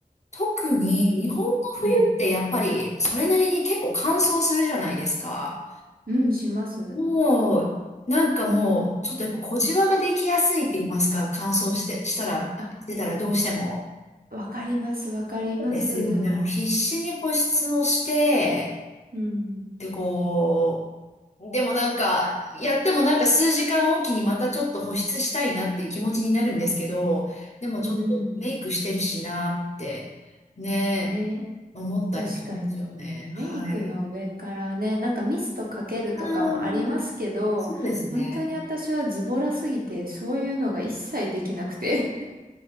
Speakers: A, on the left; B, on the right.
A: 特に日本の冬ってやっぱりそれなりに結構乾燥するじゃないですか。
B: うん、うん、うん、します。
A: もう、なんかもう、ちょっとやっぱ小じわができやすいって言いますか、乾燥して、したら、
B: あ、
A: してたらどうしても。
B: わかります、わかります。
A: ですよね。もう必死に保湿をして、
B: うん。
A: で、こう、でもなんか、やってもなんか数時間おきにまたちょっと保湿したいなっていう気持ちになるんですけど、でもちょっとメイクしてるしなって、
B: うん。
A: ね、
B: ね。
A: 思ったりしますよね。
B: 確かに、メイクの上からね、
A: はい。
B: なんかミストかけるとかもありますけど、
A: ああ、そうですね。
B: 本当に私はズボラすぎて、そういうのが一切できなくて。<laughs>